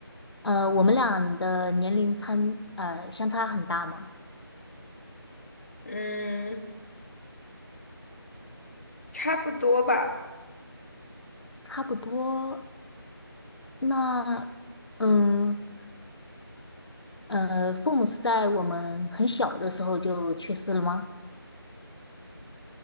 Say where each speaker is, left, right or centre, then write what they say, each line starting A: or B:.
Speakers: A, on the left; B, on the left.
A: 呃，我们俩的年龄差呃相差很大吗？
B: 嗯，差不多吧，
A: 差不多。那嗯呃，父母是在我们很小的时候就去世了吗？